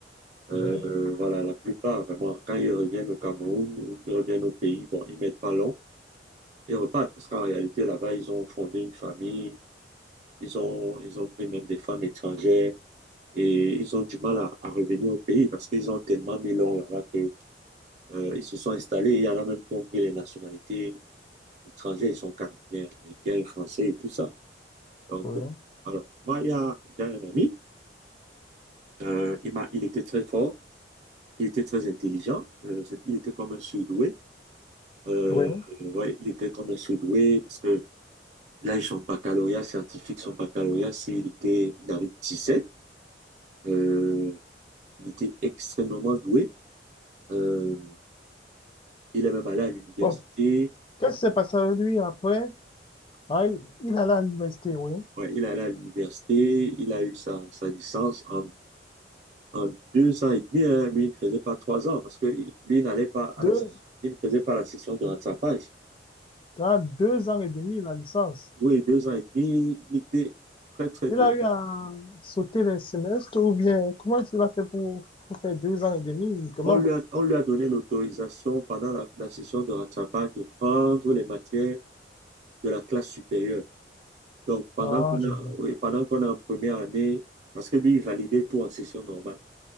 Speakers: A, on the right (about 40°); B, on the left (about 30°).
A: Euh,
B: ouais,
A: euh, voilà, la plupart, vraiment, quand ils reviennent au Cameroun, ou ils reviennent au pays, bon, ils mettent pas long, ils repartent parce qu'en réalité, là-bas, ils ont fondé une famille, ils ont, ils ont pris même des femmes étrangères et ils ont du mal à, à revenir au pays parce qu'ils ont tellement mis long là-bas que, euh, ils se sont installés. Il y en a même qui ont pris les nationalités étrangers, ils sont canadiens, américains, français et tout ça. Donc,
B: oui
A: euh, alors, moi, il y a, il y a un ami, euh, il m'a, il était très fort, il était très intelligent, euh, c'est- il était comme un surdoué. Euh,
B: oui
A: ouais, il était comme un surdoué parce que là, son baccalauréat scientifique, son baccalauréat, c'est- il était, il avait 17, euh, il était extrêmement doué. Euh, il est même allé à l'université,
B: Bon, qu'est-ce qui s'est passé avec lui après? Ah, il, il allait à l'université, oui.
A: ouais, il est allé à l'université, il a eu sa, sa licence en en deux ans et demi, hein, lui, il ne faisait pas trois ans parce que lui il n'allait pas à
B: Deux,
A: la, session. il ne faisait pas la session de rattrapage.
B: dans deux ans et demi, la licence.
A: Oui, deux ans et demi, il était très, très
B: Il
A: doué.
B: a eu à sauter les semestres ou bien comment est-ce qu'il a fait pour, pour faire deux ans et demi uniquement?
A: On lui a, on lui a donné l'autorisation pendant la, la session de rattrapage de prendre les matières de la classe supérieure. Donc, pendant
B: Ah,
A: qu'on
B: je
A: a,
B: vois.
A: oui, pendant qu'on est en première année, parce que lui, il validait tout en session normale.